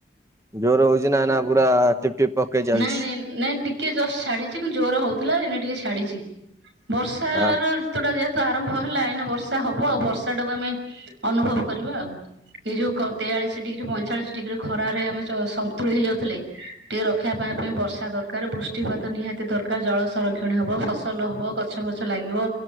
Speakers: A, on the right (about 15°); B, on the right (about 90°).
A: ଜୋରେ ହଉଚିନା ନା ପୁରା ଟିପ୍ ଟିପ୍ ପକେଇ ଚାଲିଛି।
B: ନାଇଁ ନାଇଁ ନାଇଁ ଟିକେ ଜଷ୍ଟ ଛାଡ଼ିଚି କିନ୍ତୁ ଜୋରେ ହଉଥିଲା ଏଇନେ ଟିକେ ଛାଡ଼ିଚି। ବର୍ଷାର
A: ହଁ
B: ଋତୁଟା ଯେହେତୁ ତ ଆରମ୍ଭ ହେଲା ଏଇନା ବର୍ଷା ହବ ଆଉ ବର୍ଷା ଟାକୁ ଆମେ ଅନୁଭବ କରିବା ଆଉ। ଏଇ ଯୋଉ ତେୟାଳିଶି ଡିଗ୍ରୀ ପଇଁଚାଳିଶି ଡିଗ୍ରୀ ଖରାରେ ଆମେ ପୋଡ଼ି ହେଇଯାଉଥିଲେ ଟିକେ ରକ୍ଷା ପାଇବା ପାଇଁ ବର୍ଷା ଦରକାର୍ ବୁ ବୄଷ୍ଟିପାତ ନିହାତି ଦରକାର୍ ଜଳ ସଂରକ୍ଷଣ ହବ ଫସଲ ହବ ଗ ଗଛ ପଛ ଲାଗିବ